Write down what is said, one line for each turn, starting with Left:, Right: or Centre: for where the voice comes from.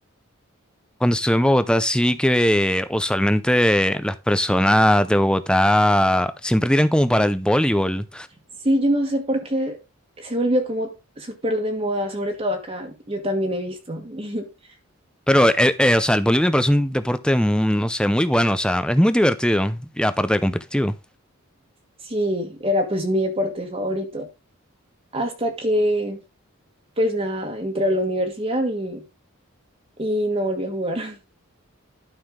Centre: cuando estuve en Bogotá sí vi que usualmente las personas de Bogotá siempre tiran como para el voleibol.
Right: Sí, yo no sé por qué se volvió como súper de moda, sobre todo acá. Yo también he visto. <laughs>
Centre: Pero, eh, eh, o sea, el voleibol me parece un deporte, mu- no sé, muy bueno, o sea, es muy divertido y aparte de competitivo,
Right: Sí, era pues mi deporte favorito. Hasta que, pues nada, entré a la universidad y, y no volví a jugar. <laughs>